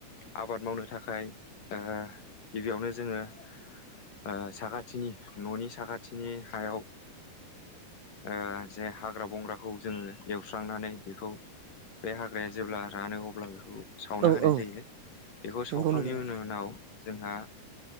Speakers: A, on the left (about 80°); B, on the right (about 70°).
A: आबाद मावनो थाखाय ओ गिबियावनो जोङो। ओ साखाथिनि न'नि साखाथिनि हायाव ओ जे हाग्रा बंग्राखौ जोङो एवस्रांनानै बेखौ बे हाग्राया जेब्ला रानो अब्ला बेखौ सावना
B: औ
A: होनाय
B: औ
A: जायो। बेखौ सावखांनिनि
B: नंगौ नंगौ
A: उनाव जोंहा